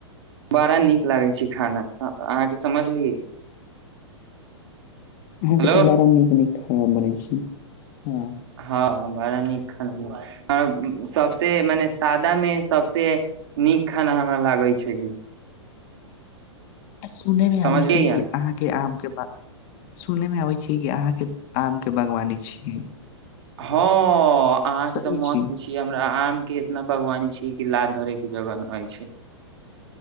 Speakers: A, on the right (about 60°); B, on the left (about 45°).
A: बड़ा नीक लागै छै खाना अहाँके समझलियै
B: अहाँके
A: हेलो
B: तऽ बड़ा निक निक खाना बनै छी हँ
A: हँ बड़ा नीक खाना सबसे मने सादा मे सबसे नीक खाना हमरा लागै छै
B: सुनय मे
A: समझलियै
B: आबै छै कि अहाँके आम के सुनै मे आबै छै कि अहाँके आम के बागवानी छियै
A: हँ अहाँ के
B: सही
A: तऽ मत
B: छै
A: पुछि हमरा आम के इतना भगवान छी कि लात धरै के जगह नै छै